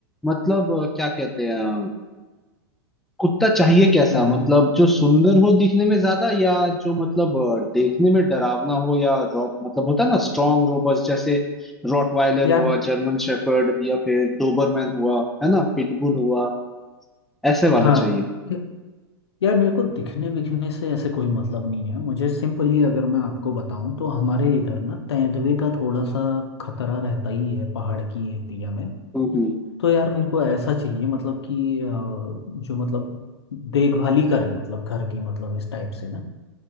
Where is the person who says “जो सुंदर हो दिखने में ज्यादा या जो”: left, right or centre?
Centre